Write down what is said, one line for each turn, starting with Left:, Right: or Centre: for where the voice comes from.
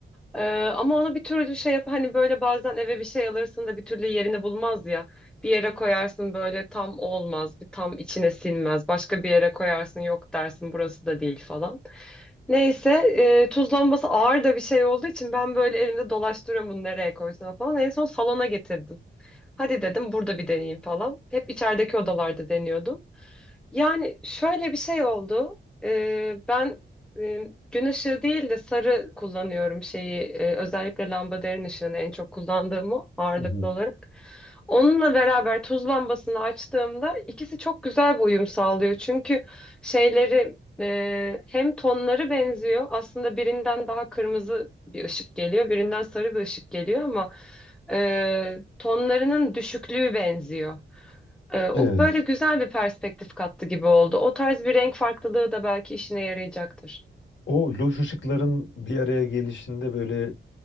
Centre: Ee, ama onu bir türlü şey yap hani böyle bazen eve bir şey alırsın da bir türlü yerini bulmaz ya. Bir yere koyarsın böyle tam olmaz, bir tam içine sinmez. Başka bir yere koyarsın yok dersin burası da değil falan. Neyse e, tuz lambası ağır da bir şey olduğu için ben böyle elimde dolaştırıyorum bunu nereye koysam falan. En son salona getirdim. Hadi dedim burada bir deneyeyim falan. Hep içerideki odalarda deniyordum. Yani şöyle bir şey oldu. Ee, ben e, gün ışığı değil de sarı kullanıyorum şeyi. e, özellikle lambaderin ışığını en çok kullandığım o ağırlıklı
Left: Hı hı.
Centre: olarak. Onunla beraber tuz lambasını açtığımda ikisi çok güzel bir uyum sağlıyor. Çünkü şeyleri e, hem tonları benziyor. Aslında birinden daha kırmızı bir ışık geliyor, birinden sarı bir ışık geliyor ama e, tonlarının düşüklüğü benziyor. Ee, o
Left: Evet.
Centre: böyle güzel bir perspektif kattı gibi oldu. O tarz bir renk farklılığı da belki işine yarayacaktır.
Left: O loş ışıkların bir araya gelişinde böyle